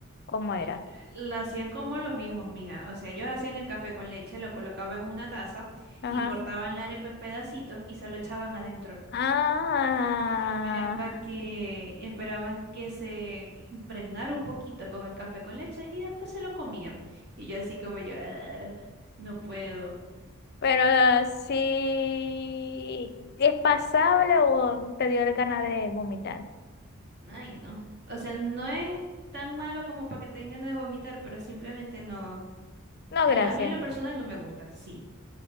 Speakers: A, on the left; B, on the right.
A: ¿Cómo era?
B: eh, La hacían como los viejos, mija. O sea, ellos hacían el café con leche, lo colocaban en una taza
A: Ajá.
B: y cortaban la arepa en pedacitos y se lo echaban adentro.
A: Ah,
B: Y esperaba que, esperaban que se impregnara un poquito con el café con leche y después se lo comían. Y yo así como yo, "Ah, no puedo.
A: pero sí. ¿Es pasable o te dio ganas de vomitar?
B: Ay, no. O sea, no es tan malo como para que tengan ganas de vomitar, pero simplemente no.
A: No,
B: El-
A: gracias.
B: a mí en lo personal no me gusta, sí.